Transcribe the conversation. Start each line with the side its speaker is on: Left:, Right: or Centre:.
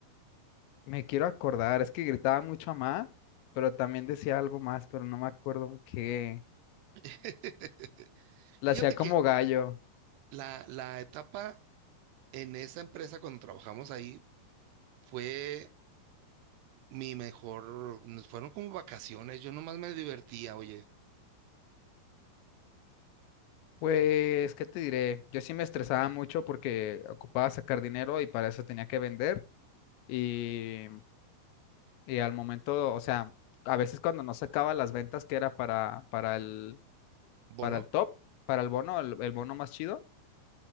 Left: Me quiero acordar, es que gritaba mucho Amá, pero también decía algo más, pero no me acuerdo qué.
Right: <laughs>
Left: La
Right: Fíjate
Left: hacía como
Right: que
Left: gallo.
Right: La, la etapa en esa empresa cuando trabajamos ahí fue mi mejor, nos fueron como vacaciones, yo nomás me divertía, oye,
Left: Pues, ¿qué te diré? Yo sí me estresaba mucho porque ocupaba sacar dinero y para eso tenía que vender y, y al momento, o sea, a veces cuando no sacaba las ventas que era para, para el,
Right: bono,
Left: para el top, para el bono, el el bono más chido